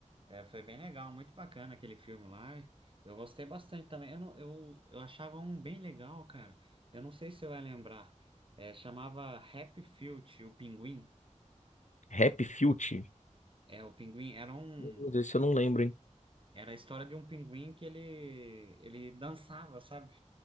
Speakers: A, on the right; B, on the left.
A: é, foi bem legal, muito bacana aquele filme lá. Eu gostei bastante também. Eu, não, eu, eu achava um bem legal, cara. Eu não sei se você vai lembrar. É, chamava Happy Feet, o Pinguim.
B: Rap Filt.
A: É, o Pinguim era um,
B: Meu Deus, Esse eu não lembro, hein?
A: era a história de um pinguim que ele, ele dançava, sabe?